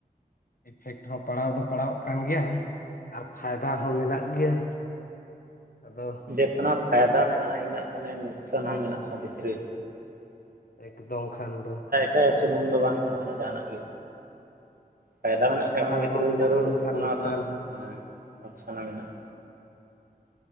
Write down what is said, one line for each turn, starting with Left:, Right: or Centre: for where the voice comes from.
Left: ᱤᱯᱷᱮᱠᱴ ᱦᱚᱸ ᱯᱟᱲᱟᱣ ᱫᱚ ᱯᱟᱲᱟᱣ ᱚᱜ ᱠᱟᱱ ᱜᱮᱭᱟ᱾ ᱟᱨ ᱯᱷᱟᱭᱫᱟ ᱦᱚᱸ ᱢᱮᱱᱟᱜ ᱜᱮᱭᱟ, ᱟᱫᱚ᱾
Right: ᱡᱮ ᱠᱳᱱᱳ ᱯᱷᱟᱭᱫᱟ ᱢᱮᱱᱟᱜᱼᱟ ᱤᱱᱟᱹᱜ ᱢᱟᱱᱮ ᱞᱳᱠᱥᱟᱱ ᱦᱚᱸ ᱢᱮᱱᱟᱜᱼᱟ ᱚᱱᱟ ᱵᱷᱤᱛᱨᱤ ᱨᱮ᱾
Left: ᱮᱠᱫᱚᱢ ᱠᱷᱟᱱ ᱫᱚ᱾
Right: <unintelligible> ᱥᱩᱢᱩᱝ ᱫᱚ ᱵᱟᱝ ᱛᱟᱦᱮᱱ ᱠᱟᱱᱟ ᱡᱟᱦᱟᱱᱟᱜ ᱜᱮ᱾ ᱯᱷᱟᱭᱫᱟ ᱢᱮᱱᱟᱜ ᱠᱷᱟᱡ ᱚᱱᱟ ᱵᱷᱤᱛᱨᱤ
Left: ᱦᱚᱸ
Right: ᱨᱮ
Left: ᱢᱮᱱᱟᱜᱼᱟ
Right: ᱡᱟᱹᱨᱩᱲ
Left: ᱢᱮᱱᱠᱷᱟᱱ
Right: ᱚᱱᱟ
Left: ᱱᱩᱠᱥᱟᱱ
Right: ᱨᱮᱱᱟᱜ
Left: ᱦᱚᱸ
Right: ᱦᱮᱸ ᱞᱳᱠᱥᱟᱱ ᱦᱚᱸ ᱢᱮᱱᱟᱜᱼᱟ᱾